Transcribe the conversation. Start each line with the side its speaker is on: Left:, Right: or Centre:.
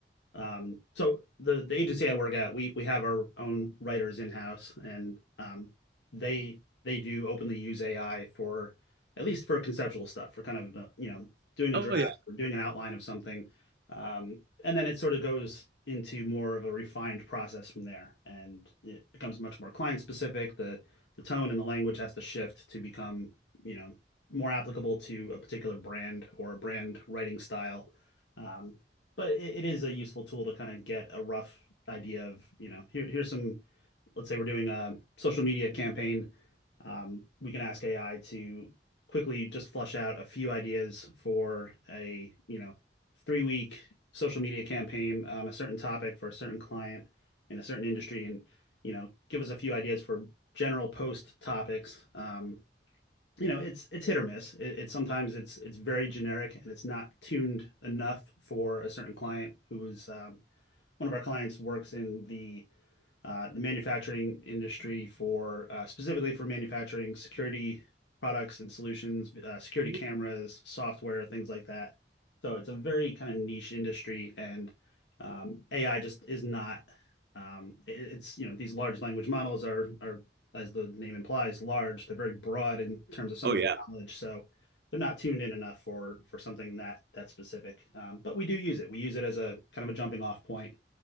Left: Um, so the the agency I work at, we we have our own writers in house, and um, they they do openly use AI for at least for conceptual stuff, for kind of uh, you know doing
Right: Oh
Left: a draft
Right: yeah,
Left: or doing an outline of something, um, and then it sort of goes into more of a refined process from there, and it becomes much more client specific. The the tone and the language has to shift to become you know more applicable to a particular brand or a brand writing style. Um, but it, it is a useful tool to kind of get a rough idea of you know here, here's some let's say we're doing a social media campaign um, we can ask ai to quickly just flush out a few ideas for a you know three week social media campaign on a certain topic for a certain client in a certain industry and you know give us a few ideas for general post topics um, you know, it's it's hit or miss. It, it's sometimes it's it's very generic and it's not tuned enough for a certain client who is um, one of our clients works in the uh, the manufacturing industry for uh, specifically for manufacturing security products and solutions, uh, security
Right: Mhm.
Left: cameras, software, things like that. So it's a very kind of niche industry, and AI just is not. um, it, It's, you know, these large language models are, are as the name implies, large. They're very broad in terms of some
Right: oh
Left: of
Right: yeah,
Left: their knowledge, so they're not tuned in enough for for something that that specific. um, But we do use it. We use it as a kind of a jumping-off point